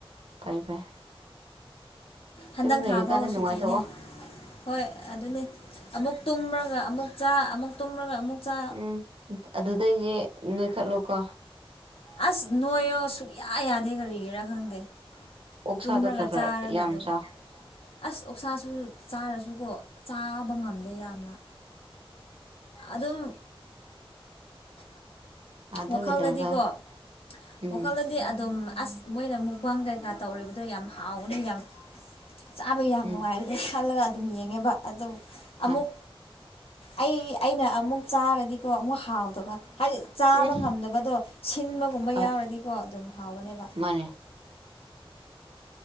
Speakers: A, on the right; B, on the left.
A: ꯐꯩ ꯐꯩ
B: ꯍꯟꯗꯛ
A: ꯌꯨꯝ ꯂꯩꯔꯤꯀꯥꯟꯗ
B: ꯊꯥ ꯐꯥꯎꯕ
A: ꯅꯨꯡꯉꯥꯏꯊꯣꯛꯑꯣ
B: ꯁꯨꯇꯤꯅꯦ ꯍꯣꯏ ꯑꯗꯨꯅꯦ ꯑꯃꯨꯛ ꯇꯨꯝꯃꯒ ꯑꯃꯨꯛ ꯆꯥ ꯑꯃꯨꯛ ꯇꯨꯝꯔꯒ ꯑꯃꯨꯛ ꯆꯥ
A: ꯎꯝ ꯑꯗꯨꯗꯩꯗꯤ ꯅꯣꯏꯈꯠꯂꯣ ꯀꯣ
B: ꯑꯁ ꯅꯣꯏꯌꯣ ꯁꯨꯛꯌꯥ ꯌꯥꯗꯦ ꯀꯔꯤꯒꯤꯔꯥ ꯈꯪꯗꯦ
A: ꯑꯣꯛꯁꯥꯗꯣ
B: ꯇꯨꯝꯔꯒ
A: ꯈꯔ ꯈꯔ
B: ꯆꯥꯔꯒ
A: ꯌꯥꯝ
B: ꯑꯗꯨꯝ
A: ꯆꯥꯎ
B: ꯑꯁ ꯑꯣꯛꯁꯥꯁꯨ ꯆꯥꯔꯁꯨꯀꯣ ꯆꯥꯕꯥ ꯉꯝꯗꯦ ꯌꯥꯝꯅ ꯑꯗꯨꯝ
A: ꯑꯗꯨ
B: ꯋꯥꯈꯜꯗꯗꯤꯀꯣ
A: ꯀꯩꯗꯧꯔꯕ ꯎꯝ
B: ꯋꯥꯈꯜꯗꯗꯤ ꯑꯗꯨꯝ ꯑꯁ ꯃꯣꯏꯅ ꯃꯨꯛꯕꯥꯡ ꯀꯩꯀꯥ ꯇꯧꯔꯤꯕꯗꯣ ꯌꯥꯝ ꯍꯥꯎꯒꯅꯤ ꯌꯥꯝ ꯆꯥꯕꯥ ꯌꯥꯝ
A: ꯎꯝ
B: ꯅꯨꯡꯉꯥꯏꯕꯅꯦ ꯈꯜꯂꯒ ꯑꯗꯨꯝ ꯌꯦꯡꯉꯦꯕ ꯑꯗꯨꯝ ꯑꯃꯨꯛ
A: ꯑ
B: ꯑꯩ ꯑꯩꯅ ꯑꯃꯨꯛ ꯆꯥꯔꯗꯤꯀꯣ ꯑꯃꯨꯛ ꯍꯥꯎꯇꯕꯥ ꯍꯥꯏꯗꯤ ꯆꯥꯕꯥ
A: ꯎꯝ
B: ꯉꯝꯗꯕꯗꯣ ꯁꯤꯟꯕꯒꯨꯝꯕ
A: ꯍꯣꯏ
B: ꯌꯥꯎꯔꯗꯤꯀꯣ ꯑꯗꯨꯝ ꯍꯥꯎꯕꯅꯦꯕ
A: ꯃꯥꯅꯦ